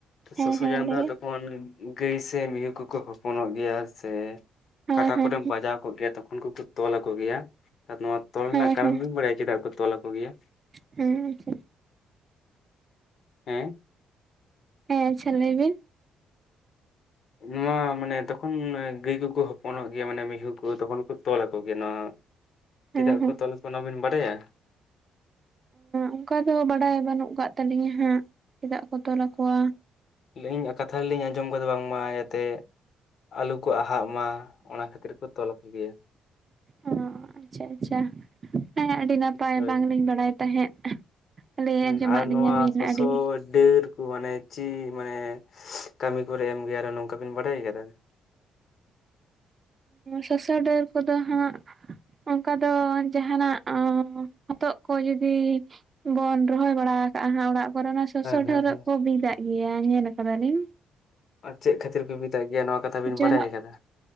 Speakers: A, on the right (about 35°); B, on the left (about 60°).
A: ᱦᱮᱸ
B: ᱥᱚᱥᱚ
A: ᱦᱮᱸ
B: ᱡᱟᱝ
A: ᱞᱟᱹᱭ
B: ᱫᱚ ᱦᱟᱜ
A: ᱵᱤᱱ
B: ᱛᱚᱠᱷᱚᱱ ᱜᱟᱹᱭ ᱥᱮ ᱢᱤᱦᱩ ᱠᱚ ᱠᱚ ᱦᱚᱯᱚᱱᱚᱜ ᱜᱮᱭᱟ ᱥᱮ
A: ᱦᱮᱸ
B: ᱠᱟᱴᱟ
A: ᱦᱮᱸ ᱦᱮᱸ
B: ᱠᱚᱨᱮᱢ ᱵᱟᱡᱟᱣ ᱠᱚᱜ ᱜᱮᱭᱟ ᱛᱚᱠᱷᱚᱱ ᱠᱚ ᱠᱚ ᱛᱚᱞᱟ ᱠᱚ ᱜᱮᱭᱟ ᱟᱨ ᱱᱚᱣᱟ ᱛᱚᱞ
A: ᱦᱮᱸ
B: ᱨᱮᱱᱟᱜ ᱠᱟᱨᱚᱱ
A: ᱦᱮᱸ
B: ᱵᱤᱱ ᱵᱟᱲᱟᱭᱟ ᱪᱮᱫᱟᱜ ᱠᱚ ᱛᱚᱞ ᱟᱠᱚ ᱜᱮᱭᱟ
A: ᱦᱮᱸ ᱟᱪᱪᱷᱟ
B: ᱦᱮᱸ
A: ᱦᱮᱸ ᱟᱪᱪᱷᱟ ᱞᱟᱹᱭ ᱵᱤᱱ
B: ᱱᱚᱣᱟ ᱢᱟᱱᱮ ᱛᱚᱠᱷᱚᱱ ᱜᱟᱹᱭ ᱠᱚᱠᱚ ᱦᱚᱯᱚᱱᱚᱜ ᱜᱮᱭᱟ ᱢᱟᱱᱮ ᱢᱤᱦᱩ ᱠᱚ ᱛᱚᱠᱷᱚᱱ ᱠᱚ ᱛᱚᱞ ᱟᱠᱚ ᱜᱮᱭᱟ ᱱᱚᱣᱟ ᱪᱮᱫᱟᱜ
A: ᱦᱮᱸ ᱦᱮᱸ
B: ᱠᱚ ᱛᱚᱞ ᱟᱠᱚᱣᱟ ᱱᱟᱶᱟ ᱵᱤᱱ ᱵᱟᱰᱟᱭᱟ
A: ᱚᱱᱠᱟ ᱫᱚ ᱵᱟᱰᱟᱭ ᱵᱟᱹᱱᱩᱜ ᱠᱟᱛ ᱛᱟᱹᱞᱤᱧᱟ ᱦᱟᱸᱜ ᱪᱮᱫᱟᱜ ᱠᱚ ᱛᱚᱞ ᱟᱠᱚᱣᱟ
B: ᱞᱤᱧ ᱠᱟᱛᱷᱟ ᱨᱮ ᱞᱤᱧ ᱟᱸᱡᱚᱢ ᱠᱟᱫᱟ ᱵᱟᱝᱢᱟ ᱡᱟᱛᱮ ᱟᱞᱚᱠ ᱠᱚ ᱟᱦᱟᱜ ᱢᱟ ᱚᱱᱟ ᱠᱷᱟᱹᱛᱤᱨ ᱠᱚ ᱛᱚᱞ ᱟᱠᱚ ᱜᱮᱭᱟ
A: ᱚ ᱟᱪᱪᱷᱟ ᱟᱪᱪᱷᱟ ᱦᱮ ᱟᱹᱰᱤ ᱱᱟᱯᱟᱭ
B: ᱦᱳᱭ
A: ᱵᱟᱝᱞᱤᱧ ᱵᱟᱲᱟᱭ ᱛᱟᱦᱮᱸᱫ ᱞᱟᱹᱭ
B: ᱦᱮ
A: ᱟᱸᱡᱚᱢᱟᱜ
B: ᱟᱨ
A: ᱞᱤᱧᱟᱹ
B: ᱱᱚᱣᱟ
A: ᱵᱤᱱ
B: ᱥᱚᱥᱚ
A: ᱟᱹᱰᱤ
B: ᱰᱟᱹᱨ ᱠᱚ ᱢᱟᱱᱮ ᱪᱮᱫ ᱢᱟᱱᱮ ᱠᱟᱹᱢᱤ ᱠᱚᱨᱮ ᱮᱢ ᱜᱮᱭᱟ ᱟᱨᱚ ᱱᱚᱝᱠᱟ ᱵᱤᱱ ᱵᱟᱰᱟᱭ ᱟᱠᱟᱫᱟ
A: ᱥᱚᱥᱚ ᱰᱟᱹᱨ ᱠᱚ ᱫᱚ ᱦᱟᱸᱜ ᱚᱱᱠᱟ ᱫᱚ ᱡᱟᱦᱟᱱᱟᱜ ᱦᱚᱛᱚᱜ ᱠᱚ ᱡᱩᱫᱤ ᱵᱚᱱ ᱨᱚᱦᱚᱭ ᱵᱟᱲᱟ ᱟᱠᱟᱟᱜᱼᱟ ᱚᱲᱟᱜ ᱠᱚᱨᱳᱱᱟ ᱥᱚᱥᱚ
B: ᱦᱮᱸ
A: ᱰᱷᱟᱹᱣᱨᱹᱜ
B: ᱦᱮᱸ ᱦᱮᱸ
A: ᱠᱚ ᱵᱤᱫᱟᱜ ᱜᱮᱭᱟ ᱧᱮᱞ ᱠᱟᱫᱟ ᱞᱤᱧ
B: ᱟᱨ ᱪᱮᱫ ᱠᱷᱟᱹᱛᱤᱨ ᱠᱚ ᱵᱤᱫᱟᱜ ᱜᱮᱭᱟ ᱱᱚᱣᱟ ᱠᱟᱛᱷᱟ ᱵᱤᱱ
A: ᱡᱚᱱᱚᱜ
B: ᱵᱟᱲᱟᱭ ᱟᱠᱟᱫᱟ